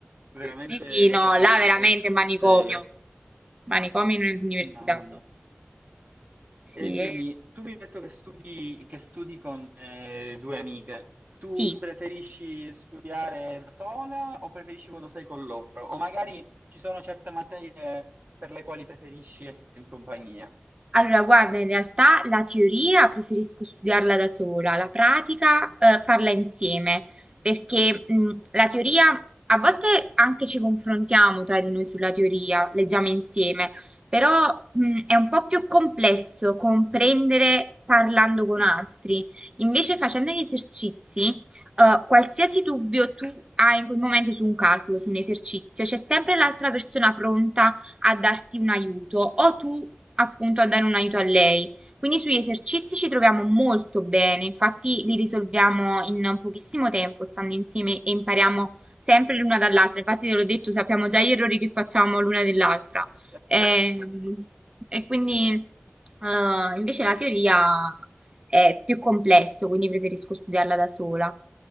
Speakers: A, on the right; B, on the right.
A: veramente
B: Sì, sì, no,
A: da capogiro.
B: là veramente è manicomio.
A: Sì.
B: Manicomio in università
A: Mamma
B: proprio.
A: mia.
B: Sì,
A: E dimmi,
B: eh,
A: tu mi hai detto che studi, che studi con eh, due amiche. Tu
B: sì.
A: preferisci studiare da sola o preferisci quando sei con loro? O magari ci sono certe materie per le quali preferisci essere in compagnia?
B: Allora, guarda, in realtà la teoria preferisco studiarla da sola, la pratica eh, farla insieme, perché mh, la teoria a volte anche ci confrontiamo tra di noi sulla teoria, leggiamo insieme, però mh, è un po' più complesso comprendere parlando con altri. Invece facendo gli esercizi, eh, qualsiasi dubbio tu hai in quel momento su un calcolo, su un esercizio, c'è sempre l'altra persona pronta a darti un aiuto o tu appunto a dare un aiuto a lei. Quindi sugli esercizi ci troviamo molto bene, infatti li risolviamo in pochissimo tempo stando insieme e impariamo sempre l'una dall'altra. Infatti te l'ho detto, sappiamo già gli errori che facciamo l'una dell'altra.
A: Certo.
B: Ehm, E, quindi eh, invece la teoria è più complesso, quindi preferisco studiarla da sola.